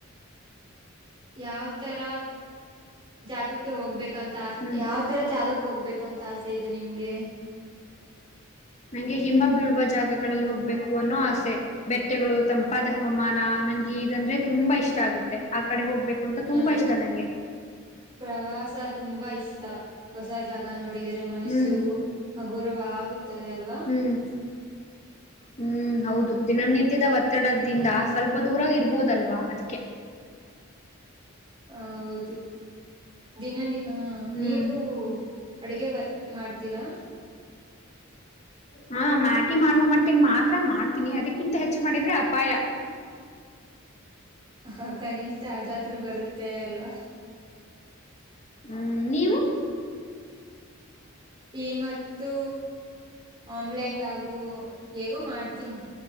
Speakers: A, on the right (about 25°); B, on the left (about 35°).
A: ಯಾವ ತರ ಜಾಗಕ್ಕೆ ಹೋಗ್ಬೇಕಂತ
B: ಹ್ಮ್
A: ಯಾವ ತರ ಜಾಗಕ್ಕೆ ಹೋಗ್ಬೇಕ ಸಿಂತ ಆಸೆ ಇದೆ ನಿಮ್ಗೆ
B: ನಂಗೆ ಹಿಮ ಬೀಳುವ ಜಾಗಗಳಲ್ಲಿ ಹೋಗ್ಬೇಕು ಅನ್ನೋ ಆಸೆ ಬೆಟ್ಟಗಳು ತಂಪಾದ ಹವಾಮಾನ ನಂಗೆ ಇದಂದ್ರೆ ತುಂಬಾ ಇಷ್ಟ ಆಗುತ್ತೆ ಆ ಕಡೆ ಹೋಗ್ಬೇಕು ಂತ ತುಂಬಾ
A: ನನಗೂ
B: ಇಷ್ಟ ನಂಗೆ
A: ಪ್ರವಾಸ ತುಂಬಾ ಇಷ್ಟ ಹೊಸ ಜಾಗ ನೋಡಿದರೆ ಮನಸ್ಸು
B: ಹ್ಮ್
A: ಅಗೌರವ ಆಗುತ್ತದೆ ಅಲ್ವಾ
B: ಹ್ಮ್ ಹ್ಮ್ ಹೌದು ದಿನನಿತ್ಯದ ಒತ್ತಡದಿಂದ ಸ್ವಲ್ಪ ದೂರ ಇರ್ಬೋದಲ್ವಾ ಅದಕ್ಕೆ
A: ಹೌದು ದಿನನ ಹ
B: ಹ್ಮ್
A: ನೀವು ಅಡುಗೆ ಬ ಮಾಡ್ತೀರಾ
B: ಹಾ ಮ್ಯಾಗಿ ಮಾಡುವ ಮಟ್ಟಿಗೆ ಮಾತ್ರ ಮಾಡ್ತೀನಿ ಅದಕ್ಕಿಂತ ಹೆಚ್ಚ ಮಾಡಿದ್ರೆ ಅಪಾಯ <inaudible>
A: ಹ ಕನಿಷ್ಠ ಅದಾದ್ರರು ಬರುತ್ತೆ ಅಲ್ವಾ
B: ಹ್ಮ್ ನೀವು
A: ಟೀ ಮತ್ತು ಆಮ್ಲೆಟ್ ಹಾಗು ಹೇಗೋ ಮಾಡ್ತೀನಿ